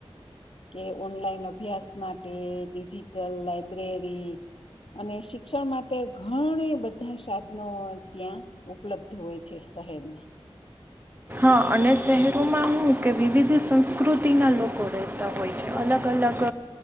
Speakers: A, on the left; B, on the right.
A: કે ઓનલાઈન અભ્યાસ માટે ડિજિટલ લા લાયબ્રેરી અને શિક્ષણ માટે ઘણા બધા સાધનો ત્યાં ઉપલબ્ધ હોય છે શહેરમાં
B: હ અને શહેરોમાં હું કે વિવિધ સંસ્કૃતિના લોકો રહેતા હોય છે અલગ અલગ